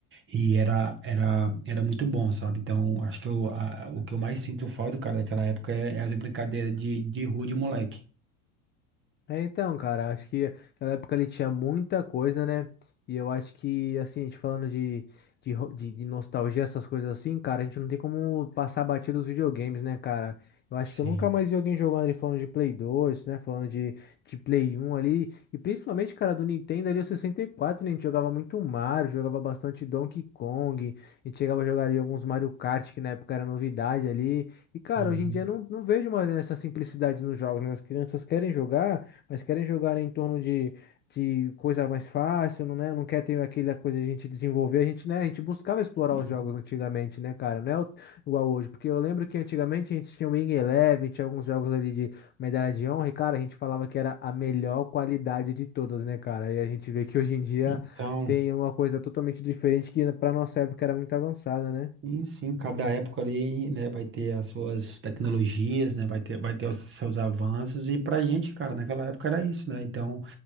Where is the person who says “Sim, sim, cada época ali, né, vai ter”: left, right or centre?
Right